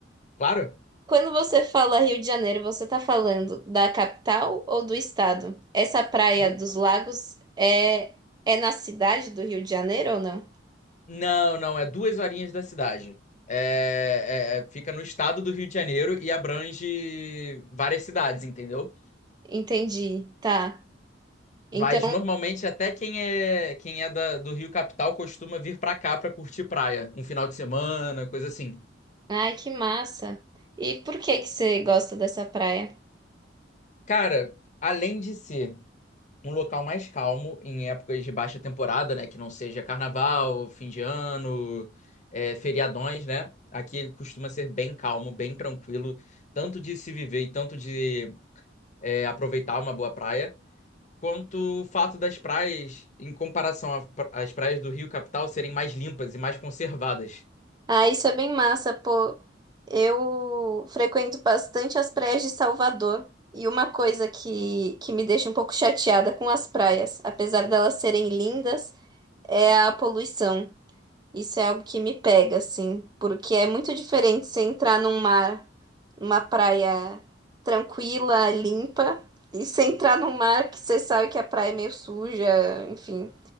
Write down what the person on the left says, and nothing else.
Claro?
Du-
Não, não, é duas horinhas da cidade. É, é- é- fica no estado do Rio de Janeiro e abrange várias cidades, entendeu?
Mas normalmente até quem é quem é da- do Rio Capital costuma vir pra cá pra curtir praia, um final de semana, coisa assim.
Cara, além de ser um local mais calmo em épocas de baixa temporada, né? Que não seja carnaval, fim de ano, é, feriadões, né? Aqui costuma ser bem calmo, bem tranquilo, tanto de se viver e tanto de é, aproveitar uma boa praia, quanto o fato das praias, em comparação a pra- às praias do Rio Capital, serem mais limpas e mais conservadas.